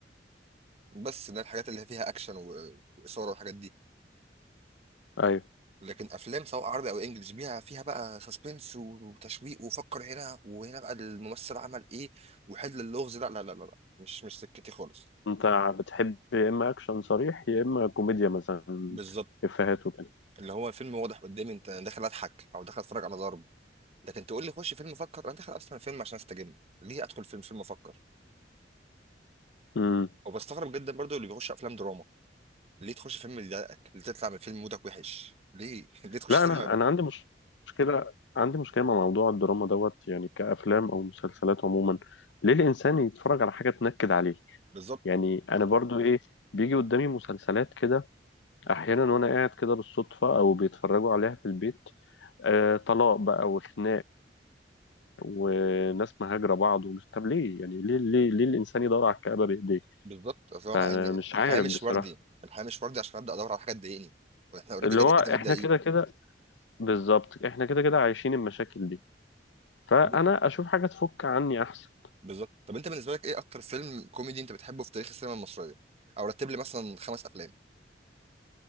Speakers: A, on the right; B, on the left.
A: بس ده الحاجات اللي فيها اكشن و- واثاره والحاجات دي
B: ايوه
A: لكن افلام سواء عربي او انجلش بيها فيها بقى سسبنس وتشويق وفكر هنا وهنا بقى الممثل عمل ايه وحل اللغز لا لا لا لا لا. مش مش سكتي خالص
B: انت بتحب يا اما اكشن صريح يا اما كوميديا مثلا
A: بالظبط
B: افيهات وكده
A: اللي هو فيلم واضح قدامي انت داخل اضحك او داخل اتفرج على ضرب لكن تقول لي خش فيلم افكر انا داخل اصلا فيلم عشان استجم ليه ادخل فيلم فيلم افكر
B: امم
A: وبستغرب جدا برضو اللي بيخش افلام دراما ليه تخش فيلم يضايقك ليه تطلع من فيلم مودك وحش ليه <laughs> ليه تخش
B: لا
A: سينما
B: انا
A: بقى
B: انا عندي مش- مشكله عندي مشكله مع موضوع الدراما دوت يعني كافلام او مسلسلات عموما ليه الانسان يتفرج على حاجه تنكد عليه
A: بالظبط
B: يعني انا برضو ايه بيجي قدامي مسلسلات كده احيانا وانا قاعد كده بالصدفه او بيتفرجوا عليها في البيت آه طلاق بقى وخناق وناس مهاجره بعض ومش طب ليه يعني ليه ليه ليه الانسان يدور على الكآبه بايديه
A: بالظبط صراحه
B: فانا
A: يعني
B: مش
A: الحياه
B: عارف
A: مش
B: بصراحه
A: وردي الحياه مش وردي عشان ابدا ادور على حاجه تضايقني واحنا اوريدي
B: اللي
A: كده
B: هو
A: كده
B: احنا
A: متضايقين
B: كده كده بالظبط احنا كده كده عايشين المشاكل دي فانا
A: طب إنت-
B: اشوف حاجه تفك عني احسن
A: بالظبط طب انت بالنسبه لك ايه اكتر فيلم كوميدي انت بتحبه في تاريخ السينما المصريه او رتب لي مثلا خمس افلام